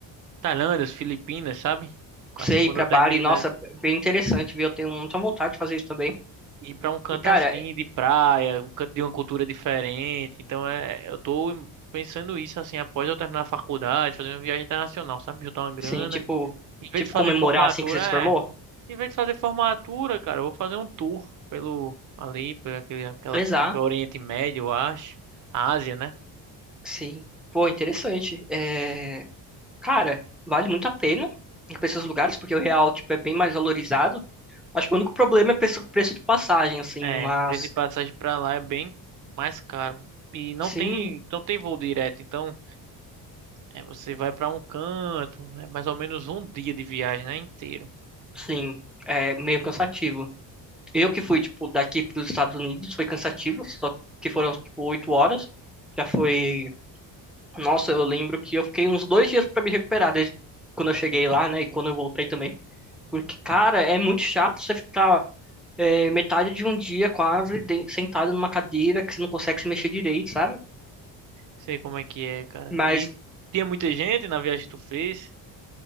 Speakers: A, on the right; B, in the centre.
A: Tailândia, as Filipinas, sabe? Assim,
B: Você
A: quando
B: ir pra
A: eu terminar,
B: Bali, nossa, bem interessante, viu? Eu tenho muita vontade de fazer isso também.
A: ir pra um canto
B: E cara,
A: assim, de praia, um canto de uma cultura diferente. Então, é... eu tô pensando isso, assim, após eu terminar a faculdade, fazer uma viagem internacional, sabe? Juntar uma grana.
B: assim, tipo,
A: Em vez
B: tipo
A: de fazer
B: comemorar
A: formatura,
B: assim que você se
A: é.
B: formou?
A: Em vez de fazer formatura, cara, eu vou fazer um tour pelo. Ali, por aquele, aquela
B: Exato,
A: parte, Oriente Médio, eu acho. Ásia, né?
B: sim. Pô, interessante. É, cara, vale muito a pena ir pra esses lugares porque o real, tipo, é bem mais valorizado. Acho que o único problema é preço, preço de passagem, assim,
A: É,
B: mas
A: preço de passagem pra lá é bem mais caro. E não
B: sim,
A: tem, não tem voo direto, então é, você vai pra um canto, é mais ou menos um dia de viagem, né, inteiro.
B: sim, é meio cansativo. Eu que fui, tipo, daqui para os Estados Unidos, foi cansativo, só que foram, tipo, oito horas. Já foi. Nossa, eu lembro que eu fiquei uns dois dias para me recuperar, desde quando eu cheguei lá, né? E quando eu voltei também. Porque, cara, é muito chato você ficar é, metade de um dia quase de- sentado numa cadeira que você não consegue se mexer direito, sabe?
A: Sei como é que é, cara.
B: Mas,
A: E tinha muita gente na viagem que tu fez,